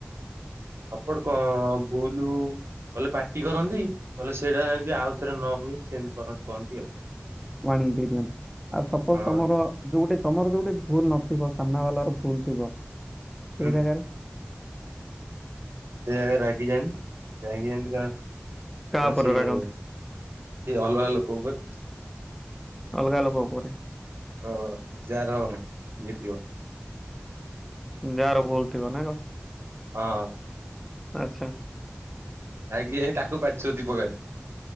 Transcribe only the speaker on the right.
ସପଟ କଣ ଭୁଲୁ କଲେ ପାଟି କରନ୍ତି କହଲେ ସେଇଟା ଏମିତି ଆଉ ଥରେ ନ ହୁଏ ସେମିତି କର କୁହନ୍ତି ଆଉ।
ହଁ
ହୁଁ
ସେ ରାଗି ଯାଆନ୍ତି ରାଗିଯାନ୍ତି ତ
ସିଏ
କିଏ ଅଲଗା ଲୋକ ଉପରେ
ହଁ ଯାର ହଁ ହଁ ଇଏ ଥିବ।
ହଁ।
<unintelligible>